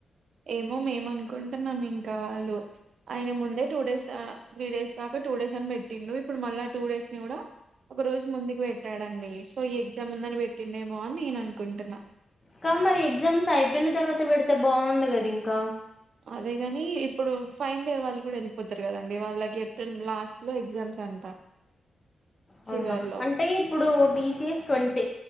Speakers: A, on the right; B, on the left.
A: ఏమో మేము అనుకుంటున్నాం ఇంకా వాళ్ళు ఆయన ముందే టూ డేస్ త్రీ డేస్ కాక టూ డేస్ అని పెట్టిండు ఇప్పుడు మళ్ళా టూ డేస్ ని కూడా ఒక రోజు ముందుకి పెట్టాడండి సో ఈ ఎగ్జామ్ ముందని పెట్టిండేమో అని నేను అనుకుంటున్నా
B: క మరి ఎగ్జామ్స్ అయిపోయిన తర్వాత పెడితే బాగుండ కదా ఇంకా
A: అదే కాని ఇప్పుడు ఫైనల్ ఇయర్ వాళ్ళు కూడా వెళ్ళిపోతారు కదండి వాళ్ళకి ఏప్రిల్ లాస్ట్ లో ఎగ్జామ్స్ అంట
B: అవునా
A: చివర్లో
B: అంటే ఇప్పుడు టీసీఎస్ ట్వంటీ